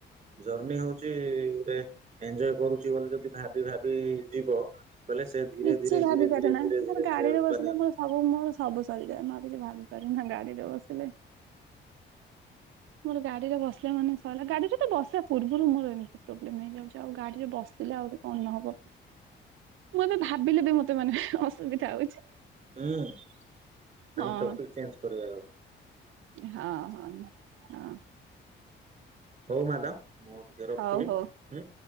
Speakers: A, on the right; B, on the right.
A: ଜର୍ଣିି ହଉଛି ଗୋଟେ ଏଞଜୟ କରୁଛି ବୋଲି ଯଦି ଭାବି ଭାବି ଯିବ ବୋଇଲେ ସେ ଧୀରେ
B: କିଛି
A: ଧୀରେ
B: ଭାବି
A: ଧୀରେ
B: ପାରେ
A: ଧୀରେ
B: ନା
A: ଧୀରେ
B: ମୋର
A: ଧୀରେ
B: ଗାଡି
A: ଧୀରେ
B: ରେ ବସିଲେ,
A: ମାନେ
B: ମୋର ସବୁ ମୋର ସବୁ ସରିଯାଏ ମୁଁ ଆଉ କିଛି ଭାବି ପାରୁନ ହଙ୍ଗାଡି ଦେବସଲେ ମୋର ଗାଡିରେ ବସିଲା ମାନେ ସରିଲଲା ଗାଡିରେ ତ ବସିବା ପୂର୍ବରୁ ମୋର ଏମିତି ପ୍ରୋବ୍ଲେମ ହେଇଯାଉଛି। ଆଉ ଗାଡିରେ ବସିିଲେ ଆହୁରି କଣ ହବ? ମୁଁ ଏବେ ଭାବିଲି ବି ମତେ ମାନେ ଅସୁବିଧା ହଉଛି।
A: ହୁଁ ନମ
B: ହଁ
A: ଟାପିକ ଚେଞଜ୍ କରିବ ଆ
B: ହଁ ହଁ ହଁ।
A: ହଉ ମ୍ୟାଡ଼ାମ ମୁଁ ଟିକେ ରଖିବି
B: ହଉ ହଉ
A: ହଁ।